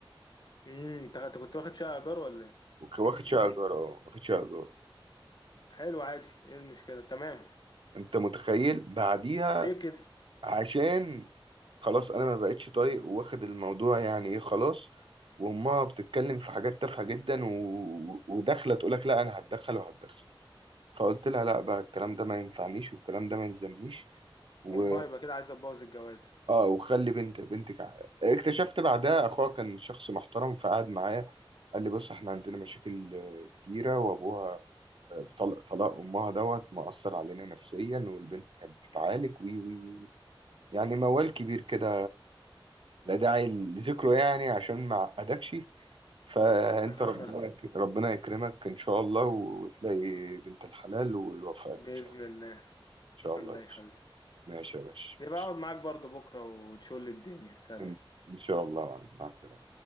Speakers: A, on the left; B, on the right.
A: امم انت أنت كنت واخد شقة إيجار ولا إيه؟
B: وك- واخد
A: <clears throat>
B: شقة ايجار اه واخد شقة ايجار
A: حلو عادي إيه المشكلة تمام
B: انت متخيل بعديها
A: ليه كده؟
B: عشان خلاص انا ما بقتش طايق واخد الموضوع يعني ايه خلاص وامها بتتكلم في حاجات تافهه جدا و... وداخله تقول لك لا انا هتدخل وهتدخل فقلت لها لا بقى الكلام ده ما ينفعنيش والكلام ده ما يلزمنيش و
A: أمها يبقى كده عايزة تبوظ الجوازة
B: اه وخلي بنت بنتك ع- اكتشفت بعدها اخوها كان شخص محترم فقعد معايا قال لي بص احنا عندنا مشاكل آه، كتيره وابوها آه، طلق طلاق امها دوت مأثر علينا نفسيا والبنت كانت بتتعالج وي وي وي يعني موال كبير كده لا داعي لذكره يعني عشان ما اعقدكش فانت
A: <laughs>
B: ربنا ربنا يكرمك ان شاء الله وتلاقي بنت الحلال ويوفقك
A: بإذن
B: ان شاء الله
A: الله
B: ان شاء الله
A: الله
B: يا باشا
A: يخليك
B: ماشي يا باشا
A: يبقى
B: ماشي
A: أقعد معاك برضو بكرة وتشول الدنيا سلام
B: ان إن شاء الله يا معلم. مع السلامة